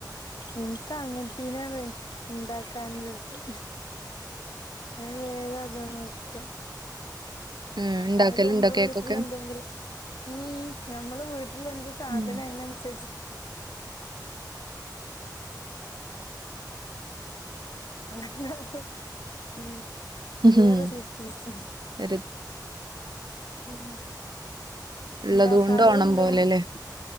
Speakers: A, on the left (about 75°); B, on the right (about 75°).
A: ഇൻക്ക് അങ്ങനത്തേനാണ് ഇണ്ടാക്കാന് ധൃതി ഞാന് വേഗതാ നോക്ക
B: ഉം,
A: ഇന്നാലും
B: ഉണ്ടാക്കലുണ്ടോ
A: ഞമ്മളെ
B: കേക്കൊക്കെ
A: വീട്ടില് എന്തെങ്കിലും ഉം ഞമ്മള് വീട്ടില് എന്ത് സാധനയിനൻസര്ച്ച്
B: ഉം
A: <unintelligible> ഉം പുത്യേ
B: ഉം.
A: റെസീപീസും
B: ഒരു
A: ഉം
B: ഉള്ളത്
A: ഇണ്ടാക്ക
B: കൊണ്ട്
A: അതില്ണ്ട്
B: ഓണം പോലെല്ലേ
A: ഉം